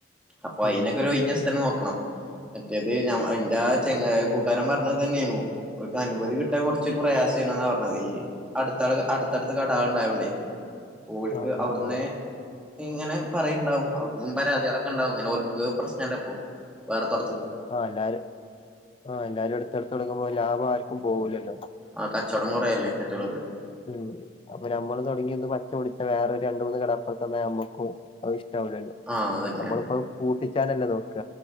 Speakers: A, in the centre; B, on the left (about 30°).
A: അപ്പൊ അയിനൊക്കെ
B: ഉം
A: ഒരു ഒഴിഞ്ഞ സ്ഥലം നോക ക്കണം മറ്റേത് ഞ എന്റെ ചങ്ങായി കൂട്ടാരൻ പറഞ്ഞത് ഇതേതാനെന്നു അവർക്ക് അനുമതി കിട്ടാൻ കുറ ച്ചൊരു പ്രയാസയിരുന്നുന്നേ പറഞ്ഞത് ഈ അടുത്ത അടുത്തടുത്ത് കടകൾ ഉണ്ടായോണ്ടേ. ഒരേക്ക്
B: ആ ആ
A: അവിടുന്ന്
B: ആ
A: ഇങ്ങനെ പറയുണ്ടാവും അവിടന്നും പരാതികളൊക്കെ ഉണ്ടാവും ഒരേക്ക് പ്രശ്നല്ലപ്പോ വേറെത്ത
B: ആ എല്ലാരും ആ എല്ലാരും അടുത്തടുത്ത തുടങ്ങുമ്പോ ലാഭം ആർക്കും പോവൂലല്ലോ.
A: ആ കച്ചവടം കുറയല്ലേ മറ്റുള്ളവരുത്.
B: ഉം അപ്പൊ നമ്മള് തുടങ്ങി ഒന്ന് പച്ച പിടിച്ച വേറൊരു രണ്ടൂന്ന് കട അപ്പുറത് വന്ന നമ്മുക്കും അത് ഇഷ് ടാവുല്ലല്ലോ.
A: ആഹ് അതന്നെ
B: നമ്മളിപ്പോ പുട്ടിച്ചാനല്ലേ നോക്ക.